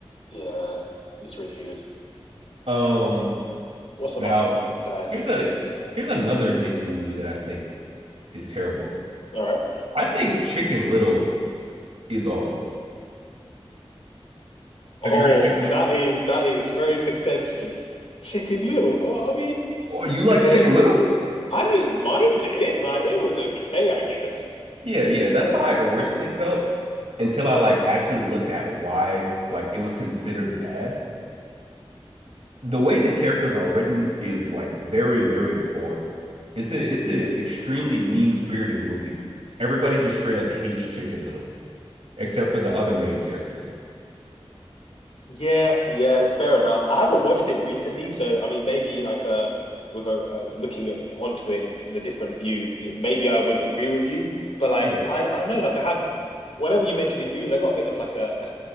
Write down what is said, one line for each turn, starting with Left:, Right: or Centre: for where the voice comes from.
Left: Yeah, he's really good.
Right: Um,
Left: What's some
Right: now
Left: other
Right: he-
Left: bad
Right: here's
Left: Disney
Right: a
Left: movies?
Right: here's another Disney movie that I think is terrible.
Left: All right.
Right: I think Chicken Little is awful. Have
Left: Oh,
Right: you heard of Chicken Little?
Left: that is that is very contentious. Chicken Little. Oh, I mean,
Right: Oh, you like
Left: I didn't
Right: Chicken Little?
Left: I didn't mind it. Like it was okay, I guess.
Right: Yeah, yeah, that's
Left: Um,
Right: how I originally felt until I like actually looked at why like it was considered bad. The way the characters are written is like very, very poor. It's a it's a extremely mean-spirited movie. Everybody just straight up hates Chicken Little, except for the other main characters.
Left: <laughs> yeah, yeah, fair enough. I haven't watched it recently, so I mean, maybe like uh, with a uh, looking onto it in, in a different view, maybe I would agree with you. But like,
Right: Yeah.
Left: I I don't know. Like, I have whenever you mention these movies, I got a bit of like a a